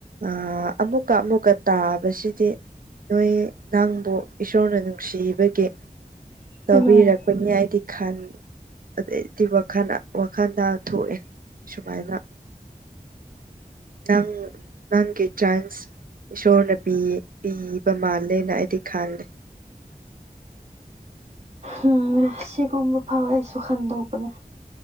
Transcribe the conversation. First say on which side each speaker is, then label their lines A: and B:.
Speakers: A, on the right; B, on the right.
A: ꯑꯥ ꯑꯃꯨꯛꯀ ꯑꯃꯨꯛꯀ ꯇꯥꯕꯁꯤꯗꯤ ꯅꯣꯏ ꯅꯪꯕꯨ ꯏꯁꯣꯔꯅ ꯅꯨꯡꯁꯤꯕꯒꯤ
B: ꯎꯝ
A: ꯇꯧꯕꯤꯔꯛꯄꯅꯤ ꯗꯤ ꯈꯟ ꯑꯗꯩꯗꯤ ꯋꯥꯈꯟ ꯋꯥꯈꯟꯗ ꯊꯣꯛꯑꯦ ꯁꯨꯃꯥꯏꯅ ꯅꯪ ꯅꯪꯒꯤ ꯆꯥꯟꯁ ꯏꯁꯣꯔꯅ ꯄꯤꯌꯦ ꯄꯤꯕ ꯃꯥꯜꯂꯦꯅ ꯑꯩꯗꯤ ꯈꯜꯂꯦ
B: ꯎꯝ ꯁꯤꯒꯨꯝꯕ ꯐꯥꯎ ꯑꯩꯁꯨ ꯈꯟꯗꯣꯛꯄꯅꯦ